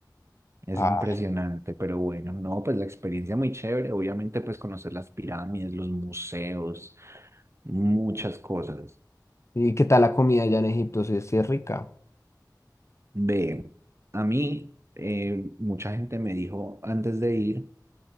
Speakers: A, on the right (about 40°); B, on the left (about 40°).
A: Es
B: Ah,
A: impresionante, pero bueno, no, pues la experiencia muy chévere, obviamente pues conocer las pirámides, los museos, muchas cosas.
B: ¿y qué tal la comida allá en Egipto? Sí, sí es rica.
A: Ve, a mí eh, mucha gente me dijo antes de ir